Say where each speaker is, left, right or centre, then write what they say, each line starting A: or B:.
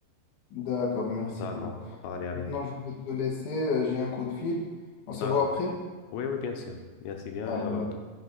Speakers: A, on the left; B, on the left.
A: D'accord, merci
B: D'accord.
A: beaucoup.
B: Allez, à
A: Maintenant,
B: bientôt.
A: je peux te laisser, euh, j'ai un coup de fil. On
B: D'accord.
A: se voit après.
B: Oui, oui, bien sûr. Merci bien
A: Ah,
B: et à bientôt.